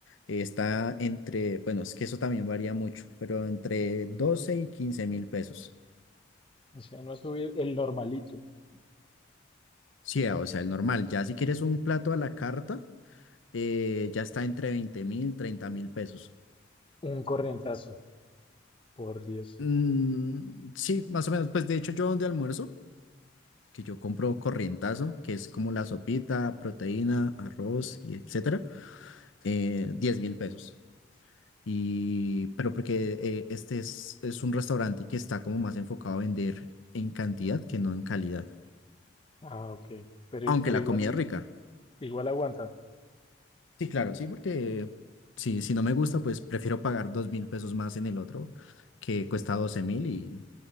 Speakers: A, on the left (about 80°); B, on the left (about 25°).
A: eh, está entre, bueno, es que eso también varía mucho, pero entre doce y quince mil pesos.
B: O sea, no ha subido el normalito, el-
A: Sí, ah, o sea, el normal, ya si quieres un plato a la carta, eh, ya está entre veinte mil, treinta mil pesos.
B: un corrientazo, por Dios.
A: Mm, sí, más o menos, pues de hecho yo donde almuerzo, que yo compro corrientazo, que es como la sopita, proteína, arroz y etcétera, eh, 10 mil pesos. Y, pero porque eh, este es, es un restaurante que está como más enfocado a vender en cantidad que no en calidad.
B: Ah, ok. Pero,
A: Aunque
B: pero
A: la
B: igual,
A: comida es rica.
B: igual aguanta,
A: Sí, claro, sí, porque si si no me gusta, pues prefiero pagar dos mil pesos más en el otro, que cuesta doce mil y,